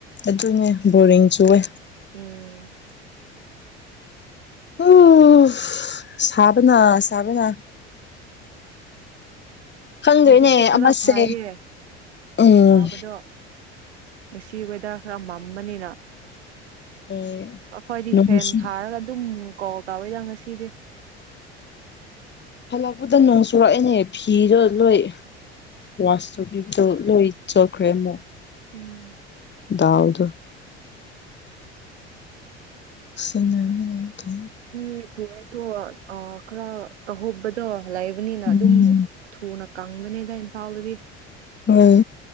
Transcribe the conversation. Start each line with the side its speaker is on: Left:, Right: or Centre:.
Left: ꯑꯗꯨꯅꯦ ꯕꯣꯔꯤꯡ ꯆꯨꯌꯦ
Right: ꯎꯝ
Left: ꯎꯁ ꯁꯥꯕꯅ ꯁꯥꯕꯅ ꯈꯪꯗꯣꯏꯅꯦ
Right: ꯍꯧꯖꯤꯛꯇꯤ ꯈꯔ
Left: ꯑꯃꯁꯦ
Right: ꯐꯩꯌꯦ
Left: ꯎꯝ
Right: ꯁꯥꯕꯗꯣ ꯉꯁꯤ ꯋꯦꯗꯥꯔ ꯈꯔ ꯃꯝꯕꯅꯤꯅ
Left: ꯍꯣꯏ
Right: ꯑꯩꯈꯣꯏꯗꯤ
Left: ꯅꯣꯡꯁꯨ
Right: ꯐꯦꯟ ꯊꯥꯔꯒ ꯑꯗꯨꯝ ꯀꫭꯜ ꯀꯥꯎꯏꯗ ꯉꯁꯤꯗꯤ
Left: ꯍꯜꯂꯛꯄꯗ ꯅꯣꯡ ꯆꯨꯔꯛꯑꯦꯅꯦ ꯐꯤꯗꯣ ꯂꯣꯏ ꯋꯥꯁ ꯇꯨꯤꯕꯗꯣ ꯂꯣꯏ ꯆꯣꯛꯈ꯭ꯔꯦ ꯑꯃꯨꯛ
Right: ꯎꯝ
Left: ꯗꯥꯎꯗꯨ ꯁꯅꯔꯅꯤ ꯌꯥꯝ ꯊꯧ
Right: <unintelligible> ꯑ ꯈꯔ ꯀꯧꯍꯧꯕꯗꯣ ꯂꯩꯕꯅꯤꯅ
Left: ꯎꯝ
Right: ꯑꯗꯨꯝ ꯊꯨꯅ ꯀꯪꯕꯅꯦꯗ ꯏꯝꯐꯥꯜꯗꯗꯤ
Left: ꯍꯝ